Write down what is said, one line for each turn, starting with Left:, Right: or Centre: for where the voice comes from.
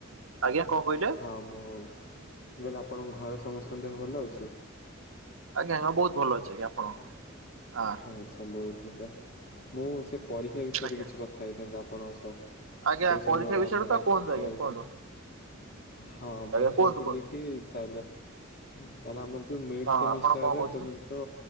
Right: ଆଜ୍ଞା--କଣ କହିଲେ?
Left: ହଁ ମୁଁ କହିଲି ଆପଣଙ୍କ ଘରେ ସମସ୍ତଙ୍କ ଦେହ ଭଲ ଅଛି?
Right: ଆଜ୍ଞା। ଆଜ୍ଞା ବହୁତ ଭଲ ଅଛି। ଆଜ୍ଞା ଆପଣ ହଁ
Left: ଆଚ୍ଛା ବହୁତ ବଢ଼ିଆ। ମୁଁ ସେ ପରୀକ୍ଷା ବିଷୟରେ
Right: ଆଜ୍ଞା।
Left: କିଛି କଥା ହେଇଥାନ୍ତି ଆପଣଙ୍କ ସହ।
Right: ଆଜ୍ଞା
Left: ସେହି
Right: ପରୀକ୍ଷା
Left: ସମୟରେ
Right: ବିଷୟରେ
Left: ଆମର
Right: ତ କୁହନ୍ତୁ ଆଜ୍ଞା
Left: କଲ
Right: କୁହନ୍ତୁ
Left: ଟିକେ ହଁ
Right: ଆଜ୍ଞା
Left: ମୁଁ
Right: କୁହନ୍ତୁ
Left: କହୁଥିଲି
Right: କୁହନ୍ତୁ
Left: କି। ତାହେଲେ ତାହାଲେ ଆମର ଯୋଉ ମିଡ
Right: ହଁ
Left: ସେମିଷ୍ଟାର
Right: ଆପଣ କଣ
Left: ର
Right: କହୁଥିଲେ?
Left: ଏ ପର୍ଯ୍ୟନ୍ତ